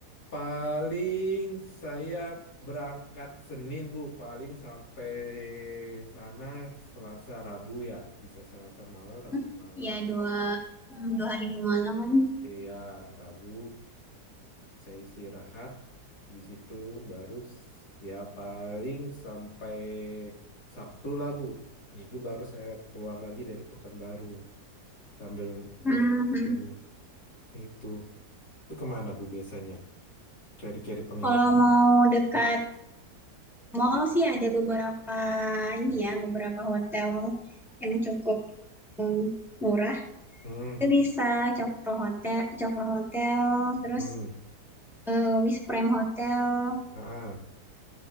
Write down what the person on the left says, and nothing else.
Paling saya berangkat Senin, Bu. Paling sampai sana Selasa Rabu ya. Bisa Selasa malam, Rabu
malam.
Iya, Rabu saya istirahat di situ baru s- ya paling sampai Sabtu lah, Bu. Minggu baru saya keluar lagi dari Pekanbaru sambil ngedit-ngedit
dulu. Itu. Itu kemana, Bu, biasanya? Cari-cari penginapan.
Hmm.
Hmm.
Hmm.
Nah,